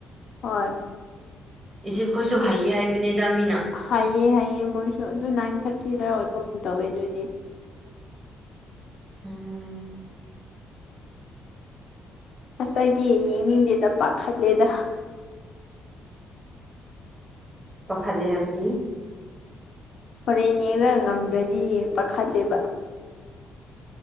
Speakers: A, on the left; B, on the right.
A: ꯍꯣꯏ
B: ꯏꯖꯤꯞ ꯈꯣꯏꯁꯨ ꯍꯩꯌꯦ ꯍꯥꯏꯕꯅꯦꯗ ꯃꯤꯅ
A: ꯍꯥꯏꯌꯦ ꯍꯥꯏꯌꯦ ꯃꯣꯏꯁꯨ ꯑꯗꯨ ꯅꯥꯏꯟ ꯊꯥꯔꯇꯤꯗ ꯑꯣꯏꯕꯒꯨꯝ ꯇꯧꯋꯦ ꯑꯗꯨꯗꯤ
B: ꯎꯝ
A: ꯑꯁ ꯑꯩꯗꯤ ꯌꯦꯡꯅꯤꯡꯗꯦꯗ ꯄꯥꯈꯠꯂꯦꯗ
B: ꯄꯥꯈꯠꯂꯦ ꯍꯥꯏꯕꯗꯤ
A: ꯍꯣꯔꯦꯟ ꯌꯦꯡꯔꯒ ꯉꯝꯗ꯭ꯔꯗꯤ ꯄꯥꯈꯠꯂꯦꯕ